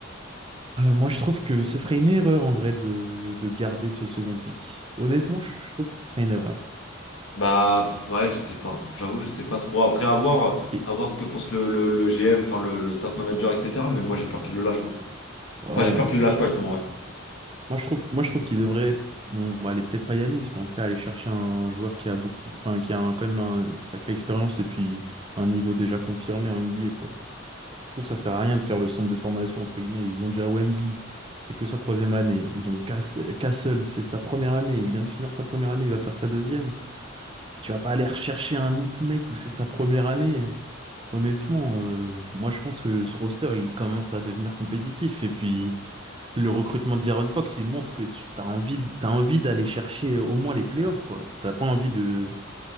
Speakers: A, on the right; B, on the left.
A: Euh, moi, je trouve que ce serait une erreur en vrai de, de garder ce second pic. Honnêtement, je je trouve que ce serait une erreur.
B: Bah pff, ouais, je sais pas. J'avoue, je sais pas trop. Après, à voir, euh,
A: Parce que,
B: à voir ce que pense le, le, le GM, enfin le, le staff manager, etc. Mais moi, j'ai peur qu'il le lâche, ouais.
A: ouais,
B: Enfin, j'ai peur qu'il le lâche pas, justement, ouais.
A: moi je trouve, moi je trouve qu'il devrait, bon, aller peut-être pas Yanis, mais en tout cas aller chercher un joueur qui a beaucoup, enfin qui a un- quand même une sacrée expérience et puis un niveau déjà confirmé en NBA quoi. C'est- Je trouve que ça sert à rien de faire le centre de formation entre guillemets. Ils ont déjà Wemby, c'est que sa troisième année. Ils ont Cass- Castle, c'est sa première année. Il vient de finir sa première année, il va faire sa deuxième. Tu vas pas aller rechercher un autre mec où c'est sa première année. Honnêtement, euh, moi je pense que ce roster il commence à devenir compétitif et puis le recrutement d'Iron Fox il montre que tu as envie, t'as envie d'aller chercher au moins les playoffs quoi. T'as pas envie de,